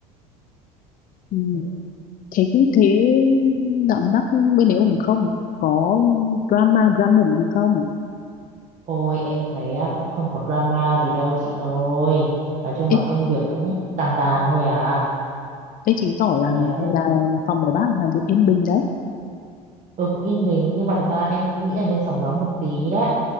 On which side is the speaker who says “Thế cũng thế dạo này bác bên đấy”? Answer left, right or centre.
Left